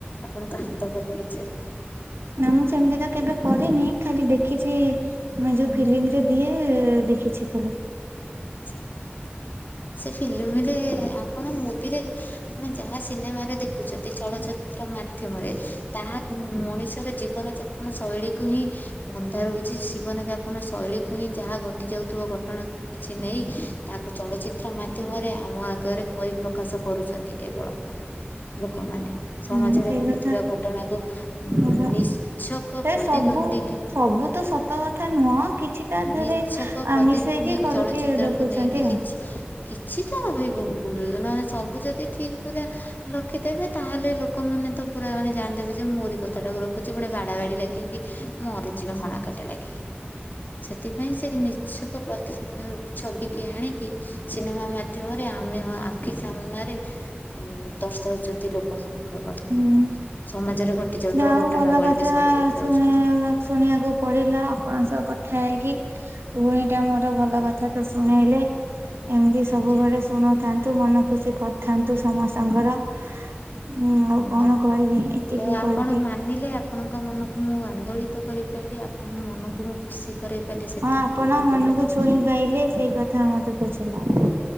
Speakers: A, on the left; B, on the right.
A: ଆପଣଙ୍କ ହାତ ଭଲ ହେଇଯା
B: ନା ମୁଁ ସେମତି ତ କେବେ କରିନି ଖାଲି ଦେଖିଚି ମୁଁ ଯୋଉ
A: କଣ
B: ଫିଲିମରେ
A: ନା
B: ଦିଏ ଦେଖିଛି ଖାଲି।
A: ଚି ସେ ଫିଲିମିରେ ଆପଣ ମୁଭିରେ ଆପଣ ଯାହା ସିନେମାରେ ଦେଖୁଚନ୍ତି ଚଳଚିତ୍ର ମା ମାଧ୍ୟମରେ ତାହା କୁଁମ୍ ମଣିଷର ଜୀବନ ଯାପନ ଶୈଳୀକୁ ହିଁ ବନ୍ଧା ରହୁଚି ସି ଜୀବନ ଯାପନ ଶୈଳୀକୁ ହିଁ ଯାହା ଘଟି ଯାଉଥୁବ ଘଟଣା କିଛି ନେଇ ତାହାକୁ ଚଳଚି ଚିତ୍ର ମାଧ୍ୟମରେ ଆମ ଆଗରେ ପରିପ୍ରକାଶ କରୁଚନ୍ତି କେବଳ ଲୋକମାନେ। ସମାଜରେ
B: ହୁଁ ସେଇ
A: ଘଟୁଥିବା
B: କଥା
A: ଘଟଣାକୁ ଉଁ
B: ଭଲ
A: ନିଶଛକ
B: ସେ
A: ପ୍ରତିଦ୍ୱନ୍ଦ୍ୱୀ
B: ସବୁ
A: କେ
B: ସବୁ ତ ସତ କଥା ନୁହଁ କିଛି ତା ଦେହରେ
A: ନିଛକ
B: ଆ
A: ପ୍ରତିଦ୍ୱନ୍ଦୀ
B: ମିଶେଇକି କରିକି
A: ଚଳଚିତ୍ରକୁ
B: ଦେଖଉଛନ୍ତି
A: ନେଇକି କିଛି
B: ଆଉ
A: କିଛି ତ ରହିବ ଭୁଲ ନହଲେ ସବୁ ଯଦି ଠିକି ପୁରା ରଖିଦେବେ ତାହେଲେ ଲୋକମାନେ ତ ପୁରା ମାନେ ଜାଣିଦେବେ ଯେ ମୋରି କଥାଟାକୁ ରଖୁଚି ପୁଣି ବାଡା ବାଡି ଲାଗିବେ କି ମରିଯିବେ ହାଣାକାଟା ଲାଗି। ସେଥିପାଇଁ ସେ ନିଛକ ପ୍ରତି ଏଁ ଛବିିକି ଆଣିକି ସିନେମା ମାଧ୍ୟମରେ ଆମେ ହଁ ଆଖି ସାମ୍ନାରେ ଏ ଦର୍ଶଉଛନ୍ତି ଲୋକମା ଘ <unintelligible>
B: ହୁଁ
A: ସମାଜରେ ଘଟି ଯାଉଥୁବା
B: ଯାହା ହଉ
A: ଘଟଣା
B: ଭଲ
A: ବଳିକି
B: କଥା
A: ସବୁ ଦେଖାଉଛନ୍ତି।
B: ଶୁଣି ଶୁଣିବାକୁ ପଡିଲା ଆପଣଙ୍କ ସହ କଥା ହେଇକି। ଭୋଉଣୀଟା ମୋର ଭଲ କଥା ତ ଶୁଣେଇଲେ। ଏମତି ସବୁବେଳେ
A: ଆଜ୍ଞା
B: ଶୁଣୋଉଥାନ୍ତୁ ମନ ଖୁସି କରଥାନ୍ତୁ ସମସ୍ତଙ୍କର। ହୁଁ ଆଉ
A: ଆଜ୍ଞା
B: କଣ କହିବି ଏତିକି
A: ତ ଆପଣ
B: କହିକି
A: ମାନିଲେ ଆ ଆପଣଙ୍କ ମନକୁ ମୁଁ ଆନ୍ଦୋଳିତ କରିପାଇଲି ଆପଣଙ୍କ ମନକୁ କୁ ମୁଁ ଖୁସି କରେଇ ପାଇଲି ସେତିକି
B: ହଁ ଆପଣ
A: ବୋହୁତ
B: ମନକୁ
A: ଭଲ କଥା।
B: ଛୁଇଁ ପାଇଲେ ସେଇ କଥା ମତେ ଖୁସିଲାଗେ।